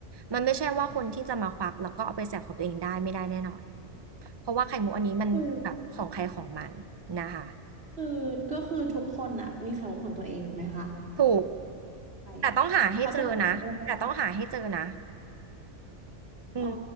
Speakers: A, on the right (about 25°); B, on the right (about 55°).
A: มันไม่ใช่ว่าคนที่จะมาควักแล้วก็เอาไปแสกของตัวเองได้ไม่ได้แน่นอนเพราะว่าไข่มุกอันนี้มันคือแบบของใครของมันนะคะ
B: คือคือก็คือทุกคนอะมีไข่มุกของตัวเองถูกไหมคะ
A: ถูก
B: ใช่
A: แต่ต้องหาให้เจอนะแต่ต้องหาให้เจอนะ
B: เขาจะไม่ได้
A: อืม
B: อ๋อ